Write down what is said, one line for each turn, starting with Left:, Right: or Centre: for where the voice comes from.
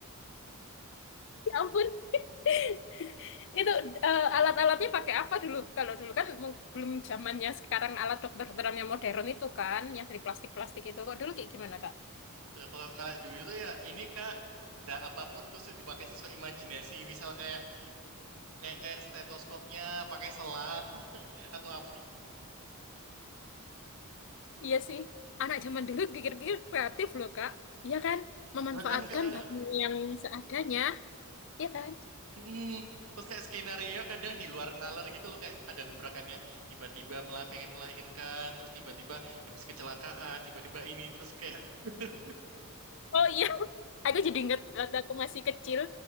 Left: Ya ampun. <laughs> Itu eh, alat-alatnya pakai apa dulu? Kalau dulu kan mung- belum zamannya sekarang alat dokter-dokteran yang modern
Right: <laughs>
Left: itu kan, yang dari plastik-plastik itu. Kok dulu kayak gimana, Kak?
Right: Nah, Kalau kalau dulu itu ya ini Kak benda apapun terus dipakai sesuai imajinasi. Misal kayak kayak kayak stetoskopnya pakai selang atau apa
Left: Iya sih, anak zaman dulu pikir-pikir kreatif loh, Kak. Iya kan? Memanfaatkan
Right: Juga kan Kak.
Left: bahan yang seadanya, iya kan?
Right: mm Terus kayak skenario kadang di luar nalar gitu loh kayak ada gebrakannya tiba-tiba malah pengen melahirkan terus tiba-tiba habis kecelakaan tiba-tiba ini terus kayak <laughs>
Left: Oh iya, <laughs> aku jadi inget waktu aku masih kecil,